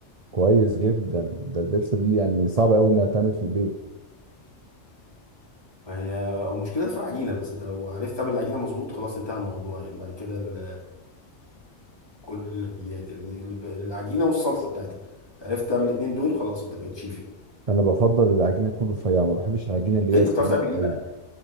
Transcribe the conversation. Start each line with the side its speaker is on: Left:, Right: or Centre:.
Right: كويس جدا ده البيبسي دي يعني صعب قوي انها تعمل في البيت
Left: ما هي المشكلة في العجينة بس أنت لو عرفت تعمل العجينة مظبوط خلاص انتهى الموضوع يعني بعد كده ال- كل الحلويات يعني الب- العجينة والصلصة بتاعتها عرفت تعمل الاتنين دول خلاص أنت بقيت شيف يعني
Right: انا بفضل العجينه تكون رفيعه ما بحبش العجينه اللي
Left: أنت
Right: هي سميكه
Left: بتعرف تعمل إيه
Right: قوي
Left: بقى؟